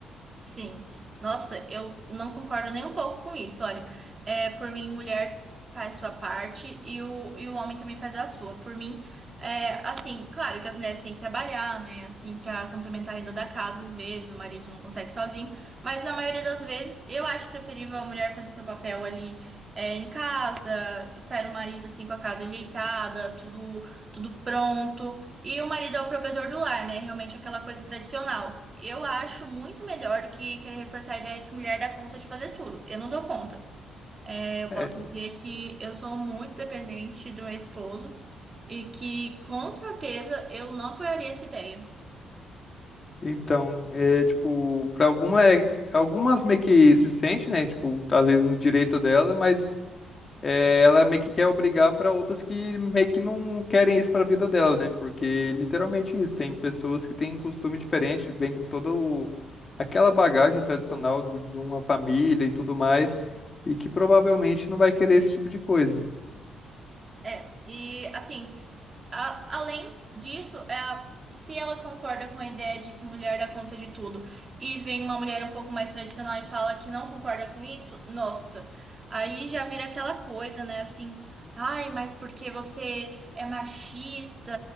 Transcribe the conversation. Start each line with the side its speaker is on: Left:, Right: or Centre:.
Right: Sim, nossa, eu não concordo nem um pouco com isso. Olha, é, por mim, mulher faz sua parte e o, e o homem também faz a sua. Por mim, é, assim, claro que as mulheres têm que trabalhar, né? Assim, pra complementar a renda da casa, às vezes, o marido não consegue sozinho, mas na maioria das vezes eu acho preferível a mulher fazer seu papel ali, é, em casa, espera o marido, assim, com a casa ajeitada, tudo, tudo pronto. E o marido é o provedor do lar, né? Realmente aquela coisa tradicional. Eu acho muito melhor do que querer reforçar a ideia que mulher dá conta de fazer tudo. Eu não dou conta. É, eu
Left: É,
Right: posso dizer que eu sou muito dependente do meu esposo e que com certeza eu não apoiaria essa ideia.
Left: então, é tipo, para alguma é- algumas meio que se sente, né? Tipo, às vezes no direito dela, mas é, ela meio que quer obrigar para outras que meio que não querem isso para a vida dela, né? Porque literalmente isso, tem pessoas que têm um costume diferente, bem com toda o- aquela bagagem tradicional do- de uma família e tudo mais, e que provavelmente não vai querer esse tipo de coisa.
Right: É, e assim. A- além disso, é se ela concorda com a ideia de que mulher dá conta de tudo e vem uma mulher um pouco mais tradicional e fala que não concorda com isso, nossa, aí já vira aquela coisa, né? Assim, ai, mas porque você é machista